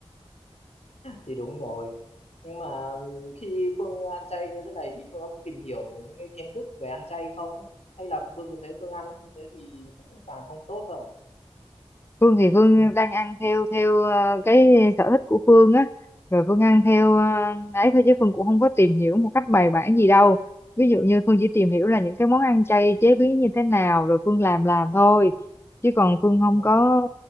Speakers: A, on the left (about 75°); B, on the left (about 20°).
A: thì đúng rồi nhưng mà ừ, khi Phương ăn chay như thế này thì Phương có tìm hiểu những cái kiến thức về ăn chay không hay là Phương cứ thế Phương ăn như thế thì cũng càng không tốt đâu
B: Phương thì Phương đang ăn theo theo ờ, cái sở thích của Phương á rồi Phương ăn theo ờ, ấy thôi chứ Phương cũng không có tìm hiểu một cách bài bản gì đâu ví dụ như Phương chỉ tìm hiểu là những cái món ăn chay chế biến như thế nào rồi Phương làm làm thôi chứ còn Phương không
A: ồ
B: có